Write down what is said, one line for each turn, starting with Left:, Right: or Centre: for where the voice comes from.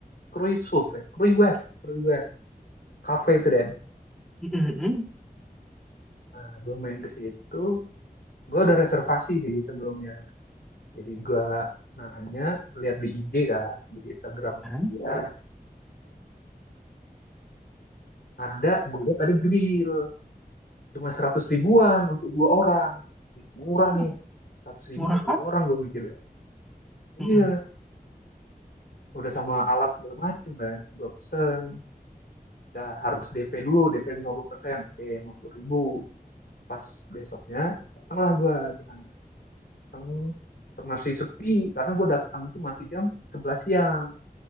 Left: Krui Surf ya? Krui Wave. Krui Wave. Cafe itu Den.
Centre: Mm-mm, mm
Left: Nah gue main ke situ. Gue udah reservasi sih sebelumnya. Jadi gue nanya lihat di IG kan di Instagramnya
Centre: Ya.
Left: dia Ada, gue lihat ada grill. Cuma 100 ribuan untuk dua orang. Ih, Murah
Centre: Oh,
Left: nih. seratus ribu
Centre: murah
Left: dan
Centre: kah?
Left: dua orang gue mikir ya Iya,
Centre: Mm-mm,
Left: udah sama alat segala macem kan. Gue pesen. Dah harus DP dulu, DP persen, Oke, lima puluh ribu. Pas besoknya, datanglah gue ke sana. Datang masih sepi karena gue datang itu masih jam 11 siang